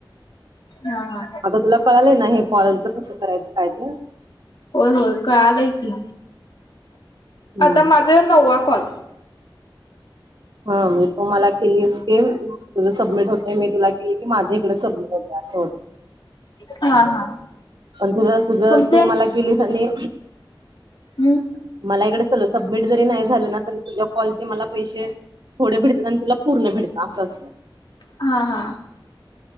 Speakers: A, on the left; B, on the right.
A: हा,
B: आता तुला कळालंय ना हे, कॉलच कसं करायचं काय ते.
A: होय होय, कळालंय की
B: हम्म
A: आता माझा नववा कॉल?
B: हम, तुमाला केली स्कीम तुझ सबमिट होतेय मी तुला केली. तुम्हाला जीकडे सबमिट होत असं होत.
A: हा हा.
B: पण तुझ तुझ
A: तुमचे?
B: तू. मला केलीस आणि,
A: हम्म.
B: मला इकडे सल सबमिट जरी नाही. झालं ना तरी तुझ्या कॉलचे मला पैसे, थोडे भेटतात आणि तुला पूर्ण भेटतात असं असतं.
A: हा हा,